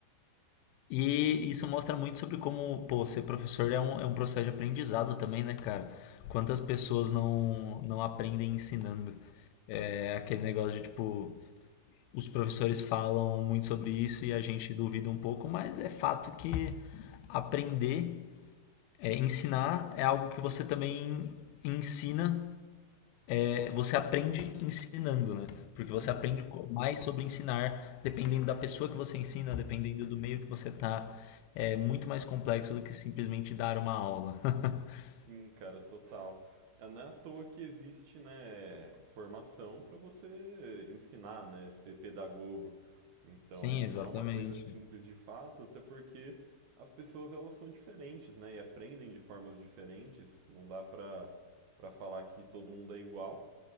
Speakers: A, on the left (about 85°); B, on the right (about 65°).
A: E isso mostra muito sobre como, pô, ser professor é um, é um processo de aprendizado também, né, cara? Quantas pessoas não, não aprendem ensinando? É aquele negócio de, tipo, os professores falam muito sobre isso e a gente duvida um pouco, mas é fato que aprender, é, ensinar é algo que você também ensina É, você aprende ensinando, né? Porque você
B: uhum.
A: aprende co- mais sobre ensinar, dependendo da pessoa que você ensina, dependendo do meio que você tá. É muito mais complexo do que simplesmente dar uma aula. <laughs>
B: Sim, cara, total. É, Não é à toa que existe, né, formação para você ensinar, né, ser pedagogo. Então,
A: Sim, exatamente.
B: não é uma coisa simples de fato, até porque as pessoas elas são diferentes, né, e aprendem de formas diferentes. Não dá para para falar que todo mundo é igual.